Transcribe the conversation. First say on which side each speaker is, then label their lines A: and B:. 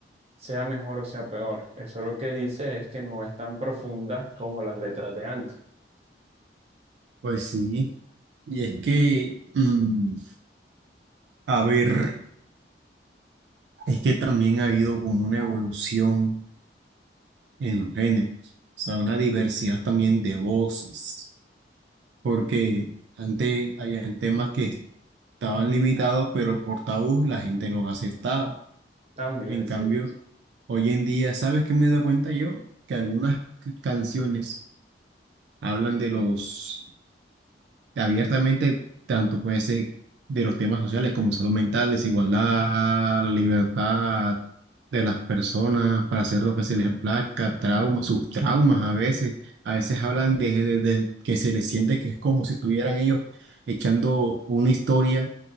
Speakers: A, on the right; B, on the right.
A: sea mejor o sea peor. Eso lo que dice es que no es tan profunda como las letras de antes.
B: Pues sí, y es que, mm, a ver, es que también ha habido como una evolución en los géneros, o sea, una diversidad también de voces porque antes habían temas que estaban limitados, pero por tabú la gente los aceptaba.
A: También
B: En
A: es
B: cambio,
A: cierto.
B: hoy en día, ¿sabes qué me doy cuenta yo? Que algunas c- canciones hablan de los abiertamente, tanto puede ser de los temas sociales como salud mental, desigualdad, la libertad de las personas para hacer lo que se les plazca, traumas, sus traumas a veces. A veces hablan de, de- de que se les siente que es como si estuvieran ellos echando una historia